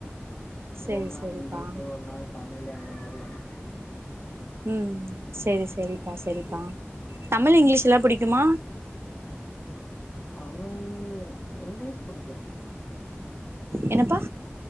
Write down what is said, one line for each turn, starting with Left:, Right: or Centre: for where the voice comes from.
Right: சேரி
Left: ஒரு நாள்
Right: சேரிப்பா
Left: இங்கிலீஸு ஒரு நாள் தமிழு அந்த மாரி வரு
Right: ம் செரி செரிப்பா செரிப்பா தமிழ் இங்கிலீஷ்லா புடிக்குமா
Left: தமிழ் இங்கிலீஷ் புடிக்கு
Right: என்னப்பா